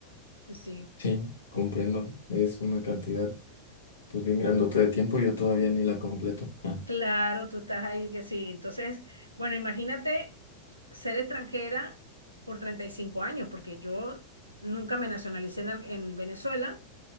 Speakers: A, on the right; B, on the left.
A: Sí,
B: Sí, comprendo. Es una cantidad, pues bien grandota de tiempo. Yo todavía ni la completo. Ah,
A: claro, tú estás ahí que sí. Entonces, bueno, imagínate ser extranjera por 35 años, porque yo nunca me nacionalicé en, Ar- en Venezuela,